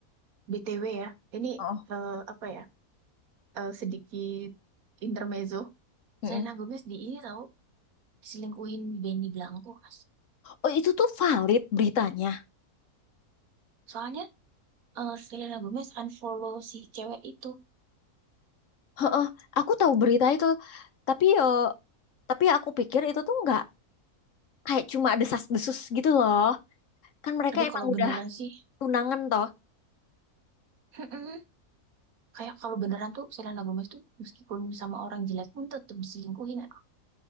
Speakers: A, on the right; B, on the left.
A: BTW ya, ini
B: oh,
A: eh, apa ya? eh, sedikit intermezzo.
B: mm-mm.
A: Selena Gomez di ini tahu diselingkuhin Benny Blanco, Mas.
B: Oh itu tuh valid beritanya.
A: Soalnya eh, Selena Gomez unfollow si cewek itu.
B: Heeh, aku tahu berita itu, tapi eh, tapi aku pikir itu tuh nggak kayak cuma desas-desus gitu loh. Kan mereka
A: Aduh,
B: emang
A: kalau
B: udah
A: beneran sih,
B: tunangan toh.
A: mm-mm. kayak kalau beneran tuh Selena Gomez tuh meskipun sama orang jelek pun tetap diselingkuhin. Aduh,